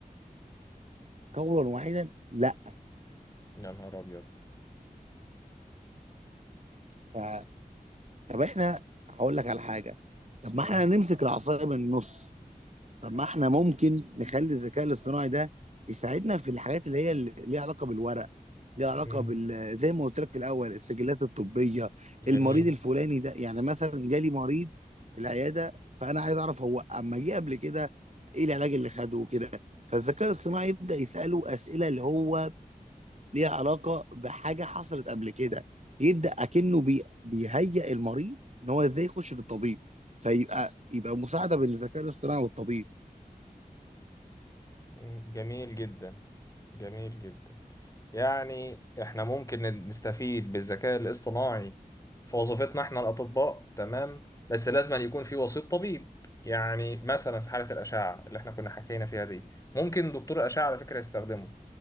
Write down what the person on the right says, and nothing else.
قولا واحدا لا
ف... طب احنا هقول لك على حاجه طب ما
احنا نمسك العصايه من النص طب ما احنا ممكن نخلي الذكاء الاصطناعي ده يساعدنا في الحاجات اللي هي اللي ليها علاقه بالورق ليها علاقه
بال زي ما قلت لك في الاول السجلات الطبيه المريض
الفلاني ده يعني مثلا جالي مريض العياده فانا عايز اعرف هو اما جه قبل كده ايه العلاج اللي خده وكده فالذكاء الاصطناعي يبدا يساله اسئله اللي هو ليها علاقه بحاجه حصلت قبل كده يبدا اكنه بي... بيهيئ المريض ان هو ازاي يخش للطبيب فيبقى يبقى مساعده بين الذكاء الاصطناعي والطبيب